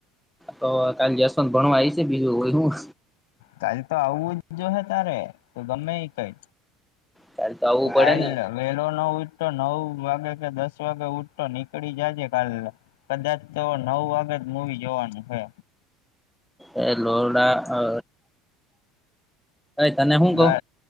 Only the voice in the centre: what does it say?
તો કાલે જશવંત ભણવા આવી છે બીજું હું થયું.
કાલ તો આવવું
પડે ને
એ <unintelligible> અ તને હું કઉ